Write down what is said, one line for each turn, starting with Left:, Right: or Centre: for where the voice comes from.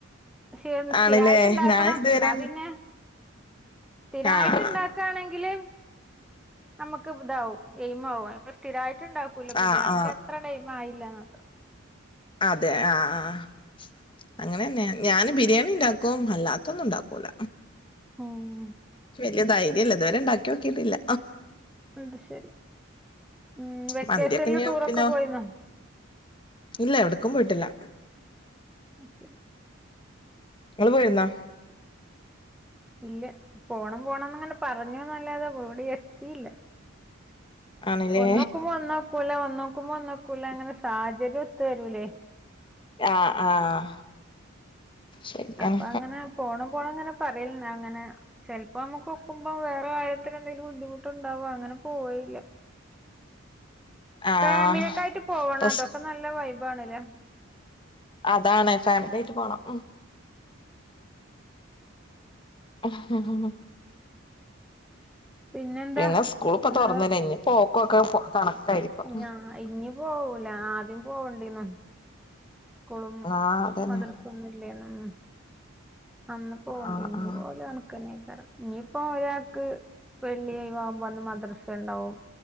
Centre: ക്ഷേ സ്ഥിരായിട്ട്
Left: ആണല്ലേ
Centre: ഇണ്ടാക്കണം
Left: ഞാൻ ഇതുവരെ
Centre: എന്നാ പിന്നെ സ്ഥിരായിട്ട്ണ്ടാ
Left: ആഹ്
Centre: ക്കാണെങ്കില് നമ്മക്ക് ഇതാവും എയ്മാവും അമ്മള് സ്ഥിരായിട്ട്ണ്ടാ കുല ബിരിയാണിന്റെ
Left: ആഹ് ആഹ്
Centre: അത്ര എയ്മായില്ലന്ന് ന്നാത്രം
Left: അതെ ആഹ് ആഹ് അങ്ങനെന്നെ ഞാന് ബിരിയാണി ഇണ്ടാക്കും അല്ലാത്തൊന്നും ഇണ്ടാക്കൂല
Centre: ഏഹ്
Left: വെല്ല്യേ ധൈര്യല്ല ഇത് വരെ ഇണ്ടാക്കി നോക്കിട്ടില്ല
Centre: അത് ശരി മ്മ് വെക്കേഷല്ല്
Left: മന്തിയൊക്കെ ഇഞ്
Centre: ടൂറൊക്കെ
Left: പിന്നെ
Centre: പോയിന്നോ?
Left: ഇല്ല എവിടക്കും പോയിട്ടില്ല
Centre: അതു ശെരി
Left: ങ്ങള് പോയിരുന്നാ
Centre: ഇല്ല പോണം പോണോനിങ്ങനെ പറഞ്ഞുന്നല്ലാതെ എവിടെയും എത്തീല
Left: ആണല്ലേ
Centre: ഒന്നോക്കുമ്പോ ഒന്നോക്കൂല ഒന്നോക്കുമ്പോ ഒന്നോക്കൂല ങ്ങനെ സാഹചര്യം ഒത്തുവരൂലേ
Left: ആഹ് ആഹ് ശരിയാണ്
Centre: അപ്പൊ ങ്ങനെ പോണ പോണങ്ങനെ പറയിനങ്ങനെചെല പ്പോ നമ്മക്ക് ഒക്കുമ്പോം വേറെ കാര്യത്തിന്തെലും ബുദ്ധിമുട്ട് ണ്ടാവും ങ്ങനെ പോയില്ല
Left: ആഹ്
Centre: ഫാമിലിയൊക്കായിട്ട് പോവണം
Left: പ്പസ്
Centre: അതൊക്കെ നല്ല വൈബണല്ലേ
Left: അതാണ് ഫാമിലിയായിട്ട് പോണം <inaudible>
Centre: പിന്നെന്താ
Left: പിന്നെ സ്കൂൾ ഇപ്പ
Centre: നിങ്ങള്.
Left: തുറന്നില്ലേ ഇനി പോക്കൊക്കെ കണക്കായിരിക്കും
Centre: ഞാൻ അ ഇഞ്ഞി പോവൂല ആദ്യം പോവണ്ടിനു. സ്ക്കൂളും
Left: ആഹ് അതന്നെ
Centre: മദർസൊന്നുംല്ലേ നും. അന്ന് പോകണ്ടിനു
Left: ആഹ്
Centre: ഇനി
Left: ആഹ്
Centre: പോകല്. കണക്കന്നേക്കാരം ഇനിയിപ്പോ ഒരാൾക്ക് വെള്ളിഒഴിവ് ആകുമ്പോ അന്ന് മദ്രസ ഉണ്ടാവും.